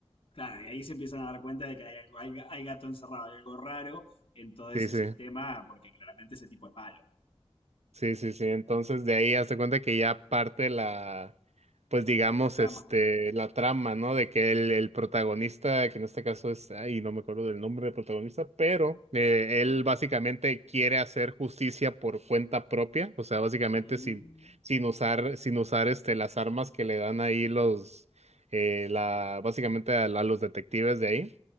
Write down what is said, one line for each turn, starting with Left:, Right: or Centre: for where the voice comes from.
Left: Claro, y ahí se empiezan a dar cuenta de que hay, algo- hay hay gato encerrado, hay algo raro en todo ese
Right: Sí, sí.
Left: sistema, porque claramente ese tipo es malo.
Right: Sí, sí, sí. Entonces de ahí hazte cuenta que ya parte la, pues digamos,
Left: La trama,
Right: este, la trama, ¿no? De que el, el protagonista, que en este caso es, ay, no me acuerdo del nombre del protagonista, pero eh,
Left: claro.
Right: él básicamente quiere hacer justicia por cuenta propia, o sea, básicamente
Left: Mm,
Right: sin, sin usar, sin usar este, las armas que le dan ahí los, eh, la, básicamente a, a los detectives de ahí.